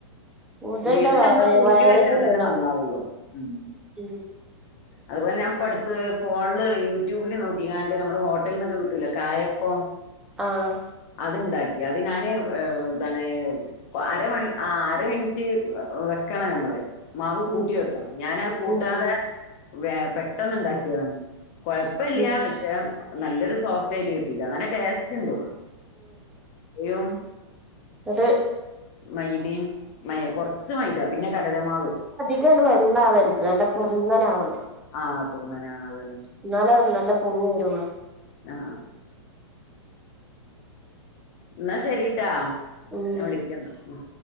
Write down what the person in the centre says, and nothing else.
കൂടുതൽ
ഇട്ടാ വയറ്
വയറിന്
കേടാ
ഉം
ആഹ്
ഉം
ഉം
എന്നിട്ട്
അത്
ട്ടോണ്ട് വെള്ള ആവരുത് നല്ല കുറുന്നനാവണം
എന്നാലെ അത് നല്ല പൊങ്ങി വരുവൊള്ളോ
ഉം